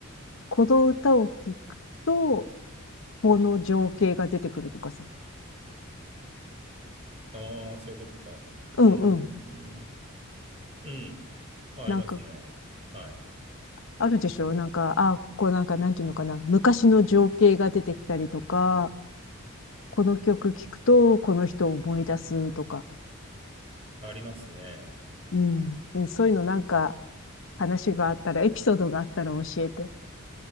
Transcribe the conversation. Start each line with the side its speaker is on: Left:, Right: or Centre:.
Left: この歌を聴くと、この情景が出てくるとかさ。
Right: ああ、そういうことか。
Left: うんうん。
Right: うーん、うん、あ、ありますね。
Left: なんか、
Right: はい。
Left: あるでしょなんか、あ、こうなんか、なんていうのかな。昔の情景が出てきたりとか、この曲聴くと、この人を思い出すとか。
Right: ありますね。
Left: うん。うんそういうのなんか、話があったら、エピソードがあったら教えて。